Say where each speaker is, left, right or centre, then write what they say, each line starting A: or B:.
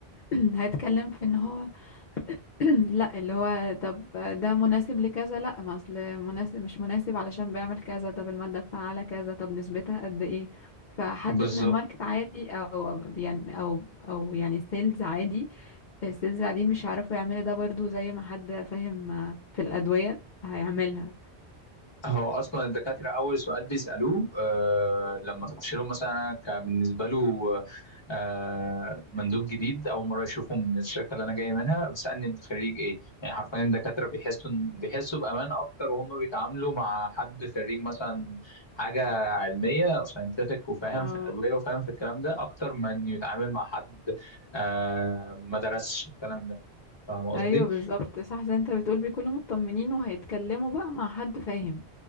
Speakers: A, on the left; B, on the left.
A: <clears throat> هيتكلم في ان هو <clears throat> لا اللي هو طب ده مناسب لكذا لا ما اصل مناسب مش مناسب علشان بيعمل كذا طب المادة الفعالة كذا طب نسبتها قد ايه فحد
B: بالظبط
A: من الماركت عادي او يعني او او يعني سيلز عادي السلسلة دي مش عارفوا يعملوا ده برضو زي ما حد فاهم آه، في الأدوية هيعملها
B: هو اصلا الدكاتره اول سؤال بيسالوه آه لما تخش لهم مثلا انا كان بالنسبه له آه مندوب جديد اول مره اشوفه من الشركه اللي انا جاي منها بيسالني انت خريج ايه يعني حرفيا الدكاتره بيحسوا إن- بيحسوا بامان اكتر وهم بيتعاملوا مع حد خريج مثلا حاجه علميه ساينتفك وفاهم
A: اه
B: في الادويه وفاهم في الكلام ده اكتر من يتعامل مع حد آه ما درسش الكلام ده فاهم قصدي
A: ايوه بالظبط صح زي انت بتقول بيكونوا مطمنين وهيتكلموا بقى مع حد فاهم